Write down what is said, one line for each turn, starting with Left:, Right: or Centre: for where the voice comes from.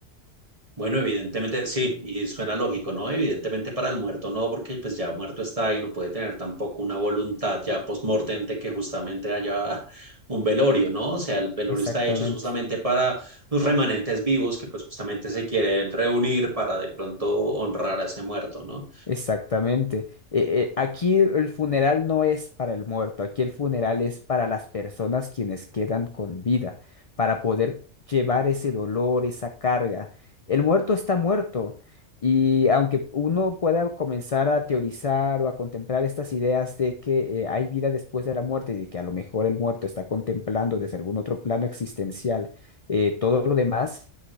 Right: Bueno, evidentemente sí, y suena lógico, ¿no? Evidentemente para el muerto no, porque pues ya muerto está y no puede tener tampoco una voluntad ya post-mortem de que justamente haya <laughs> un velorio, ¿no? O sea, el velorio
Left: Exactamente.
Right: está hecho es justamente para los remanentes vivos que pues justamente se quieren reunir para de pronto honrar a ese muerto, ¿no?
Left: Exactamente. Eh, eh, aquí el funeral no es para el muerto, aquí el funeral es para las personas quienes quedan con vida, para poder llevar ese dolor, esa carga. El muerto está muerto y aunque uno pueda comenzar a teorizar o a contemplar estas ideas de que eh, hay vida después de la muerte y de que a lo mejor el muerto está contemplando desde algún otro plano existencial eh, todo lo demás.